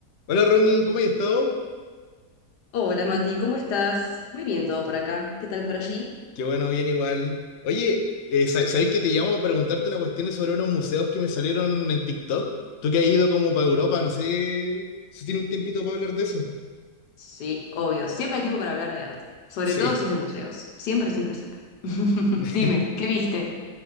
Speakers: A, on the left; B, on the left.
A: Hola Romy, ¿cómo has estado?
B: Hola Mati, ¿cómo estás? Muy bien todo por acá. ¿Qué tal por allí?
A: Qué bueno, bien igual. Oye, eh, sa- ¿sabéis que te llamo para preguntarte una cuestión sobre unos museos que me salieron en TikTok? Tú que has ido como para Europa, no sé si tiene un tiempito para hablar de eso.
B: Sí, obvio. Siempre hay tiempo para hablar de arte. Sobre
A: Sí,
B: todo si es de museos. Siempre, siempre, siempre. <laughs>
A: <laughs>
B: Dime, ¿qué viste?